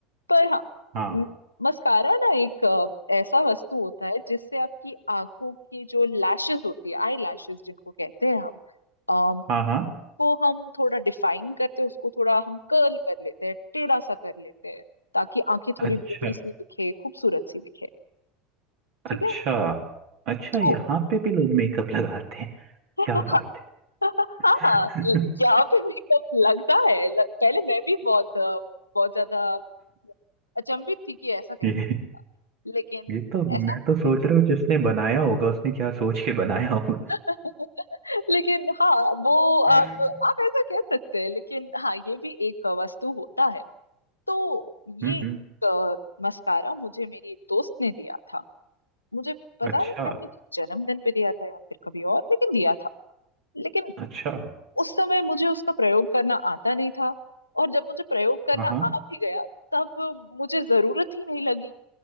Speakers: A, on the left; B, on the right.
A: पर हाँ
B: हाँ
A: मस्कारा ना एक अ, ऐसा वस्तु होता है जिससे आपकी आंखों की जो लैशेस होती है आई लैशेस जिनको कहते हैं हम अम,
B: हाँ हाँ
A: को हम थोड़ा डिफाइन करते हैं उसको थोड़ा हम कर्ल कर लेते हैं टेढ़ा सा कर लेते हैं ताकि आंखें
B: अच्छा
A: थोड़ी बड़ी सी दिखे खूबसूरत सी दिखे ठीक
B: अच्छा
A: है
B: अच्छा
A: तो
B: यहाँ पे भी लोग मेकअप लगाते हैं
A: <laughs>
B: क्या बात है
A: हाँ
B: <laughs>
A: यहाँ पे मेकअप लगता है ल- पहले मैं भी बहुत अ, बहुत ज्यादा अचंभित थी कि ऐसा कैसे
B: ये
A: लेकिन
B: ये तो
A: ऐसा
B: मैं तो सोच रहा हूँ जिसने बनाया होगा उसने क्या सोच के बनाया होगा
A: <laughs> लेकिन हाँ वो
B: हम्म
A: आप आप ऐसा कह सकते हैं लेकिन हाँ ये भी एक वस्तु होता है तो ये
B: हम्म
A: एक मस्कारा मुझे मेरी एक दोस्त ने दिया था मुझे पता
B: अच्छा
A: नहीं है मेरे जन्मदिन पे दिया था या फिर कभी और लेकिन दिया था लेकिन
B: अच्छा
A: उस समय मुझे उसका प्रयोग करना आता नहीं था और जब मुझे प्रयोग करना
B: हाँ हाँ
A: आ भी गया तब मुझे जरूरत ही नहीं लगी